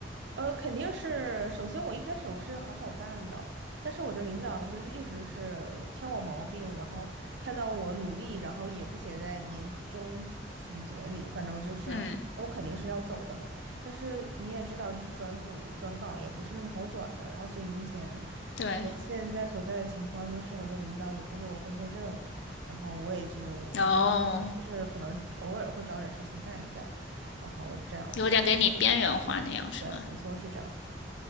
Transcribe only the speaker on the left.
嗯，
对。
哦，
有点给你边缘化那样是吗？